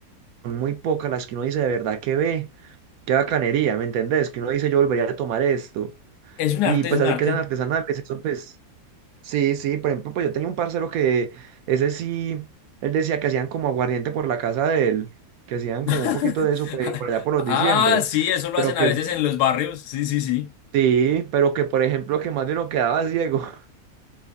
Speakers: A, on the right; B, on the left.
A: Son muy pocas las que uno dice de verdad que ve, qué bacanería, ¿me entendés? Que uno dice yo volvería a tomar esto.
B: Es un
A: Y
B: arte,
A: pues
B: es un
A: así
B: arte.
A: que sean artesanales, eso pues Sí, sí, por ejemplo, pues yo tenía un parcero que ese sí, él decía que hacían como aguardiente por la casa de él, que hacían
B: <laughs>
A: como un poquito de eso pues, por allá por los
B: Ah,
A: diciembres,
B: sí, eso lo
A: pero
B: hacen
A: que
B: a veces en los barrios. Sí, sí, sí.
A: sí, pero que por ejemplo que más de uno quedaba ciego. <laughs>